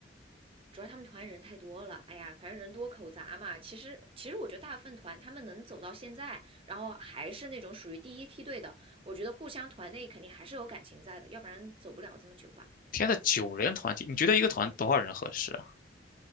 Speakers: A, on the right; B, on the left.
A: 主要他们团人太多了。哎呀，反正人多口杂嘛。其实其实我觉得大部分团他们能走到现在，然后还是那种属于第一梯队的，我觉得互相团内肯定还是有感情在的，要不然走不了这么久吧。
B: 天呐，九人团体，你觉得一个团多少人合适啊？